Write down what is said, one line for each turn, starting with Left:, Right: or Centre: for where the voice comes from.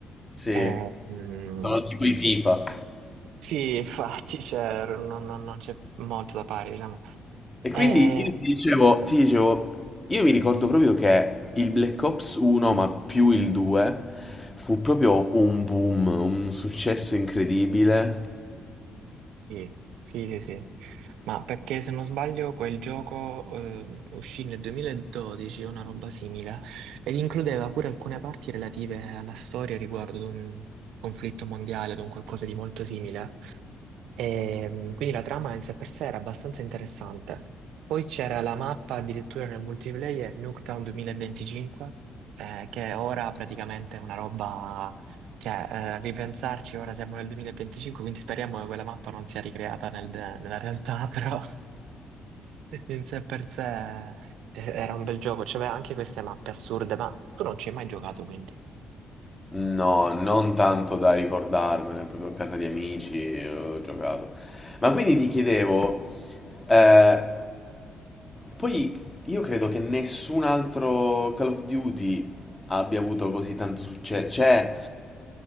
Left: sì,
Right: Eh, mh,
Left: sono tipo i FIFA.
Right: sì, <laughs> infatti, cioè, non, non- non c'è molto da fare, diciamo.
Left: E
Right: Eh,
Left: quindi io ti dicevo, ti dicevo, io mi ricordo proprio che il Black Ops 1, ma più il 2, fu proprio un boom, un successo incredibile.
Right: Sì, sì, sì, sì. Ma perché se non sbaglio quel gioco eh, uscì nel 2012 o una roba simile ed includeva pure alcune parti relative alla storia riguardo ad un conflitto mondiale, ad un qualcosa di molto simile. E, mh, quindi la trama in sé per sé era abbastanza interessante. Poi c'era la mappa addirittura nel multiplayer Nuketown 2025, eh, che ora praticamente è una roba, cioè eh, ripensarci ora siamo nel 2025, quindi speriamo che quella mappa non sia ricreata nel- nella realtà, <laughs> però in sé per sé eh, era un bel gioco, c'aveva anche queste mappe assurde, ma tu non ci hai mai giocato quindi.
Left: No, non tanto da ricordarmene, proprio a casa di amici ho giocato. Ma quindi ti chiedevo, eh, Poi io credo che nessun altro Call of Duty abbia avuto così tanto successo. Cioè,